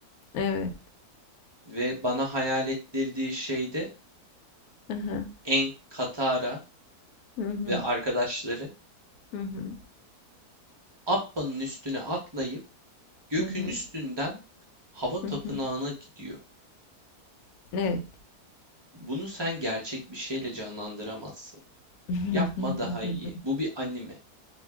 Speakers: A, on the left; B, on the right.
A: Evet.
B: ve bana hayal ettirdiği şey de
A: aha,
B: En Katara
A: hı.
B: ve arkadaşları
A: Hı hı. Hı hı.
B: Appa'nın üstüne atlayıp gökün
A: Hı hı.
B: üstünden hava tapınağına
A: Hı hı.
B: gidiyor.
A: Evet.
B: Bunu sen gerçek bir şeyle canlandıramazsın.
A: <laughs>
B: Yapma daha iyi. Bu bir anime.